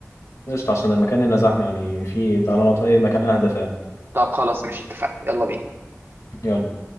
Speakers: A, on the left; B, on the right.
A: قشطة عشان المكان هنا زحمة يعني في تعالى نقعد في اي مكان اهدى فعلا
B: طب خلاص ماشي اتفقنا يلا بينا
A: يلا